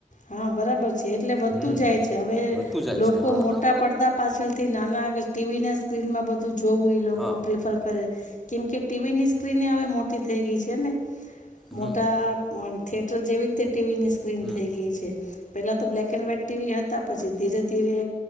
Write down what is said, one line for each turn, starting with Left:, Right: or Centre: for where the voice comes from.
Left: હા બરાબર છે એટલે વધતું
Centre: હમ
Left: જાય છે હવે
Centre: વધતું જાય
Left: લોકો
Centre: છે હા
Left: મોટા પડદા પાછળથી નાના ટીવી ના સ્ક્રીનમાં બધ જોવું એ લોકો
Centre: હા
Left: પ્રિફર કરે કેમ કે ટીવીની સ્ક્રીન એ હવે મોટી થઈ ગઈ છે ને મોટા
Centre: હમ
Left: થિએટર જેવી તે ટીવી ની સ્ક્રીન
Centre: હમ
Left: થઈ ગઈ છે પેલા તો બ્લેક એન્ડ વ્હાઈટ ટીવી હતા પછી ધીરે ધીરે